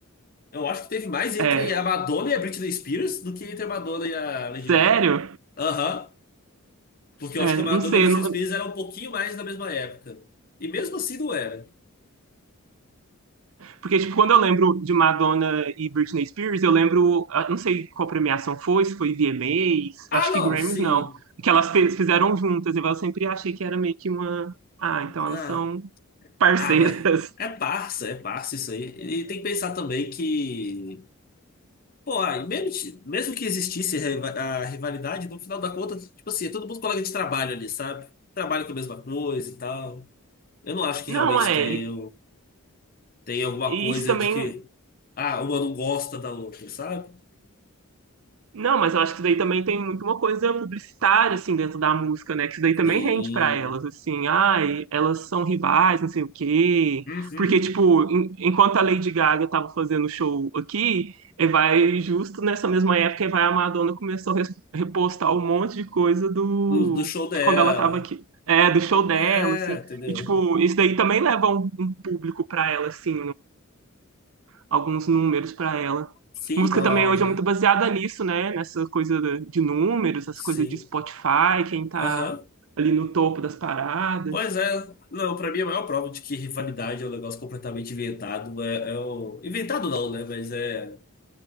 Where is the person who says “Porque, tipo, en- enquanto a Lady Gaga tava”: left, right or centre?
Right